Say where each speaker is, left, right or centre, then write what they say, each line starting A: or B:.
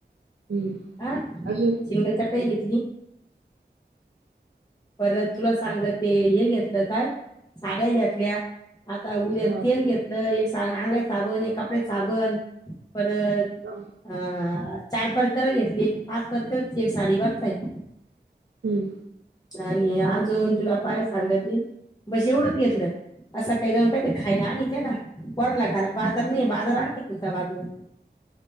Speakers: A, on the right (about 85°); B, on the left (about 20°).
A: हम्म
B: हा
A: अजून
B: शिंगल चटही घेतली परत तुला सांग ते हे घेतलं काय साड्या घातल्या आता उद्या
A: हा
B: तेल घेतलं एक अंगा साबण एक कपड्यात साबण परत
A: हा.
B: अ चार परकर घेतली पाच परकर एक साडी बचचा आहे
A: हम्म
B: आणि अजून तुला पाय सांग त बस एवढच घेतलं असं काही जाऊन काही ते खायला आण ते ना वरला घरात बाजार नाही बाजार आणते कुलच्या बाजून